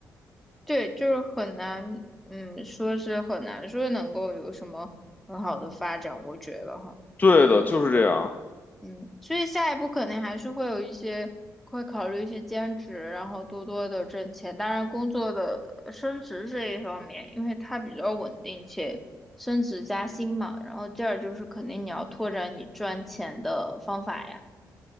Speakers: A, in the centre; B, on the left (about 25°).
A: 对，就是很难，嗯，说是很难说能够有什么很好的发展，我觉得哈。
B: 对的，
A: 就是
B: 就是这样，
A: 嗯，所以下一步肯定还是会有一些，会考虑一些兼职，然后多多的挣钱。当然，工作的升职这一方面，因为它比较稳定且升职加薪嘛。然后第二就是肯定你要拓展你赚钱的方法呀，